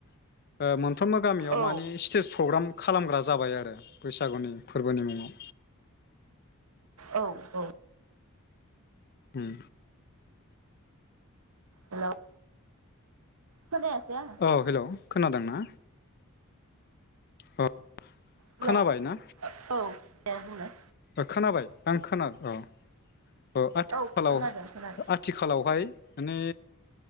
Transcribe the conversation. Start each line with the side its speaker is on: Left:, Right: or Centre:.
Left: <unintelligible> ओ मोन फ्रोमबो गामियाव
Right: औ
Left: माने स्टेज प्रग्राम खालामग्रा जाबाय आरो बैसागुनि फोरबोनि मुङाव।
Right: औ, औ।
Left: उम
Right: हेलौ खोनायासै आङो।
Left: औ हेलौ खोनादोंना? औ
Right: हेलौ
Left: खोनाबाय
Right: ओ,
Left: ना
Right: औ दे बुंलाय।
Left: ओ खोनाबाय आं खोना औ ओ आथिखालाव
Right: औ खोनादों खोनादों
Left: आथिखालावहाय माने